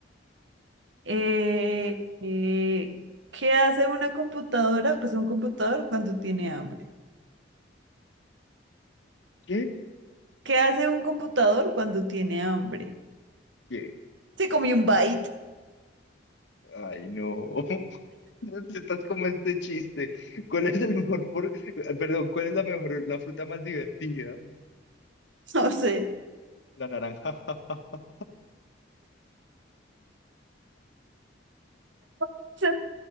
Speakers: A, on the right; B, on the left.
A: eh,
B: A ver,
A: eh, ¿qué hace una computadora? Pues un computador cuando tiene hambre.
B: ¿qué?
A: ¿Qué hace un computador cuando tiene hambre?
B: ¿Qué?
A: Se comió un byte,
B: Ay, no. <laughs> Estás como este chiste. ¿Cuál es el mejor por... Perdón, ¿cuál es la mejor, la fruta más divertida?
A: no sé.
B: La naranja. <laughs>
A: <laughs>